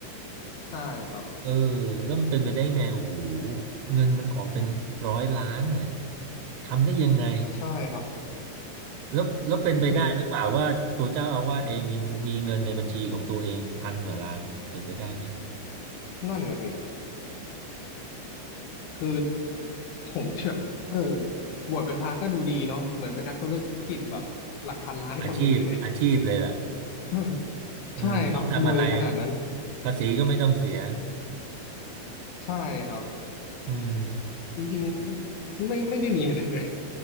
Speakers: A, on the left; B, on the right.
A: ใช่ครับ
B: เออแล้วมันเป็นไปได้ไงโอ้โหเงินมันออกเป็นร้อยล้านเนี่ยทำได้ยังไง
A: ใช่ครับ
B: แล้วแล้วเป็นไปได้หรือเปล่าว่าตัวเจ้าอาวาสเองมีมีเงินในบัญชีของตัวเองพันกว่าล้านเป็นไปได้ไหม
A: เป็นนั่นนะสิฮะคือผมเชื่อเออบวชเป็นพระก็ดูดีเนาะเหมือนเป็นนักธุรกิจแบบหลักพันล้านคนหนึ่งเลยเนี่ย
B: อาชีพอาชีพเลยล่ะ
A: <laughs>
B: เออไม่ต้องทำอะไร
A: ใช่ครับรวยขนาดนั้น
B: ภาษีก็ไม่ต้องเสีย
A: ใช่ครับ
B: อืม
A: จริงๆไม่ไม่ได้มีอะไรเลย